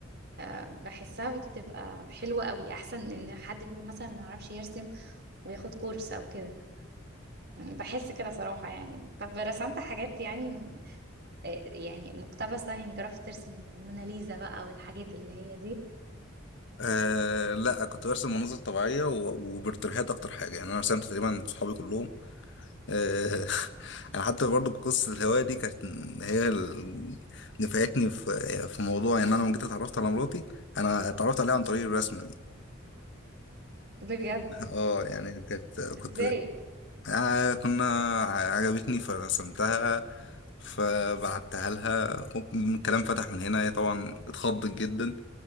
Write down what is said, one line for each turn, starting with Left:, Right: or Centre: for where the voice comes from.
Right: آه، بحسها بتبقى حلوة قوي أحسن من إن حد بيكون مثلا ما يعرفش يرسم وياخد كورس أو كده يعني بحس كده صراحة يعني طب رسمت حاجات يعني م- آه، يعني مقتبسة يعني جربت ترسم موناليزا بقى والحاجات اللي هي دي
Left: آه لا كنت برسم مناظر طبيعيه و- وبالترهات اكتر حاجه يعني انا رسمت تقريبا صحابي كلهم آه، <laughs> انا حتى برضو قصه الهوايه دي كانت هي اللي نفعتني في في موضوع ان انا لما جيت اتعرفت على مراتي انا اتعرفت عليها عن طريق الرسمه دي
Right: بجد
Left: <laughs> اه يعني كانت كنت
Right: ازاي
Left: آه كنا ع- عجبتني فرسمتها فبعتها لها هوب، الكلام فتح من هنا هي طبعا اتخضت جدا